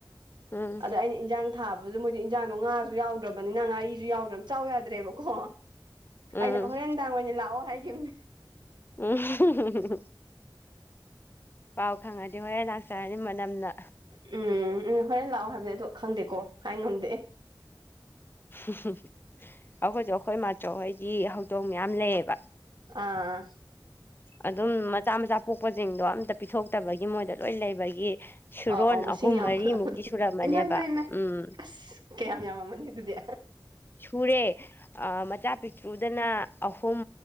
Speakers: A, on the left; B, on the right.
A: ꯎꯝ
B: ꯑꯗ ꯑꯩꯅ ꯏꯟꯖꯥꯡ ꯊꯥ ꯑꯗꯨꯗ ꯃꯣꯏꯗꯤ ꯏꯟꯖꯥꯡꯗꯣ ꯉꯥꯁꯨ ꯌꯥꯎꯗ꯭ꯔꯕꯅꯤꯅ ꯉꯥꯔꯤꯁꯨ ꯌꯥꯎꯗ꯭ꯔꯕ ꯆꯥꯎ ꯌꯥꯗ꯭ꯔꯦꯕꯀꯣ
A: ꯎꯝ
B: ꯑꯩꯅ ꯍꯣꯔꯦꯟꯅꯨꯡꯗꯥꯡ ꯑꯣꯏꯅ ꯂꯥꯛꯑꯣ ꯍꯥꯏꯈꯤꯝꯅꯦ
A: ꯎꯝ ꯄꯥꯎ ꯈꯪꯉꯗꯤ ꯍꯣꯔꯦꯟ ꯂꯥꯛꯆꯔꯅꯤ ꯃꯅꯝꯅ
B: ꯎꯝ ꯎꯝ ꯍꯣꯔꯦꯟ ꯂꯥꯛꯑꯣ ꯍꯥꯏꯕꯅꯦ ꯑꯗꯣ ꯈꯪꯗꯦꯀꯣ ꯍꯥꯏ ꯉꯝꯗꯦ
A: ꯎꯝ ꯑꯩꯈꯣꯏꯁꯨ ꯑꯩꯈꯣꯏ ꯃꯥꯆꯧ ꯍꯣꯏꯒꯤ ꯍꯧꯗꯣꯡ ꯃꯌꯥꯝ ꯂꯩꯌꯦꯕ
B: ꯑꯥ
A: ꯑꯗꯨꯝ ꯃꯆꯥ ꯃꯆꯥ ꯄꯣꯛꯄꯁꯤꯡꯗꯣ ꯑꯝꯇ ꯄꯤꯊꯣꯛꯇꯕꯒꯤ ꯃꯣꯏꯗ ꯂꯣꯏ ꯂꯩꯕꯒꯤ ꯁꯨꯔꯣꯟ
B: ꯑꯧ ꯑꯧ ꯃꯁꯤꯡ
A: ꯑꯍꯨꯝ
B: ꯌꯥꯝꯈꯠꯂꯛꯄꯗꯣ
A: ꯃꯔꯤꯃꯨꯛꯇꯤ ꯁꯨꯔꯝꯃꯅꯦꯕ
B: ꯏꯃꯥꯏ ꯏꯃꯥꯏ ꯏꯃꯥꯏ
A: ꯎꯝ
B: ꯑꯁ ꯀꯌꯥꯝ ꯌꯥꯝꯃꯝꯃꯅꯤ ꯑꯗꯨꯗꯤ
A: ꯁꯨꯔꯦ ꯃꯆꯥ ꯄꯤꯛꯇ꯭ꯔꯨꯗꯅ ꯑꯍꯨꯝ